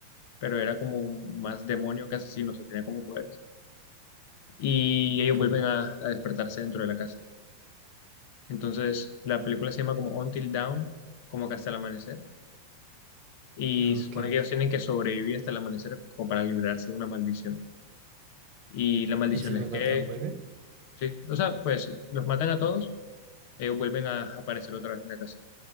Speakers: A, on the left; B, on the right.
A: pero era como un- más demonio que asesino, o sea, tenía como poderes. Y
B: Ok,
A: ellos vuelven a a despertarse dentro de la casa. Entonces, la película se llama como Until Dawn, como que hasta el amanecer. Y
B: ah,
A: se
B: ok.
A: supone que ellos tienen que sobrevivir hasta el amanecer como para librarse de una maldición. Y la maldición
B: ¿Y si los
A: es que,
B: matan, vuelven?
A: sí, o sea, pues los matan a todos, ellos vuelven a aparecer otra vez en la casa.